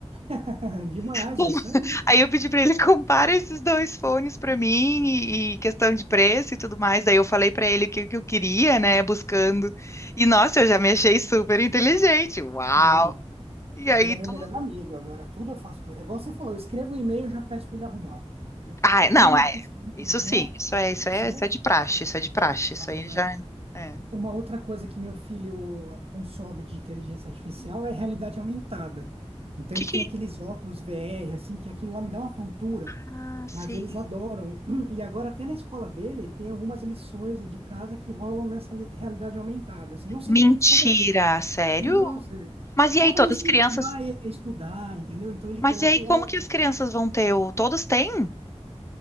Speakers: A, on the right; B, on the left.
A: <laughs> Demais,
B: Com-
A: é isso aí.
B: Aí eu pedi pra ele compara esses dois fones pra mim e, e questão de preço e tudo mais. Daí eu falei pra ele o que, que eu queria, né, buscando. E nossa, eu já me achei super inteligente. Uau!
A: Não,
B: E aí
A: ele é
B: tu
A: meu melhor amigo, agora tudo eu faço com ele. É igual você falou, eu escrevo um e-mail e já peço para ele arrumar. Eu
B: Ah,
A: tenho
B: não,
A: uma pesquisa,
B: Isso
A: né?
B: sim, isso é, isso
A: Certo?
B: é, isso é de praxe, isso é de praxe, isso
A: Agora,
B: aí já. É.
A: Uma outra coisa que meu filho consome de inteligência artificial é realidade aumentada. Então
B: Que
A: ele tem
B: que...
A: aqueles óculos VR, assim, que aquilo lá me dá uma tontura,
B: Ah, sei.
A: mas eles adoram. <clears throat> E agora até na escola dele tem algumas lições de casa que rolam nessa li- realidade aumentada. Assim, eu não sei
B: Mentira,
A: direito como é,
B: sério?
A: juro pra você.
B: Mas
A: Só
B: e aí,
A: para
B: todas
A: incentivar
B: as crianças?
A: ele a estudar, entendeu? Então ele
B: Mas
A: coloca
B: e aí,
A: o
B: como
A: óculos
B: que as crianças vão ter o. Todos têm